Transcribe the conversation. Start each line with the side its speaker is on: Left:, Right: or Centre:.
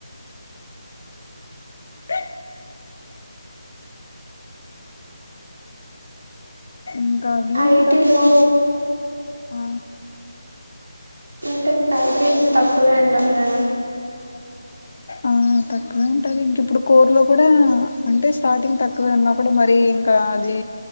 Left: బే ఇంకా అవి
Right: ఐటీలో
Left: ఇంకా ఆ
Right: ఇంకా ప్యాకేజీ తక్కువే ఉంటంది గద
Left: ఆ తక్కువే ఉంటది ఇంకా ఇప్పుడు కోడ్ లో కూడా అంటే స్టార్టింగ్ తక్కువే ఉన్నా కూడా మరి ఇంకా అది